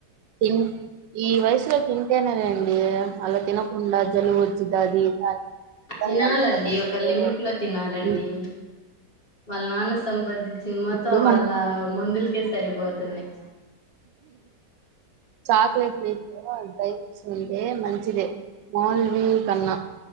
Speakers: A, on the right; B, on the left.
A: తి ఈ వయసులో తింటేనే అండి అలా తినకుండా జలుబుజచ్చిది అది పిల్లల్ని
B: తినాలండి
A: అంత బలవంతం
B: ఒక
A: చేయకూడదు.
B: లిమిట్ లో తినాలండి
A: హ్మ్.
B: వాళ్ళ నాన్న సంబది సినిమాతో
A: ఇప్పుడు
B: వాళ్ళ ముందులు కె సరిపోదునయ్
A: చాకోలెట్ <unintelligible> డ్రై ఫ్రూట్స్ ఉంటే మంచిదే మళ్లవి కన్నా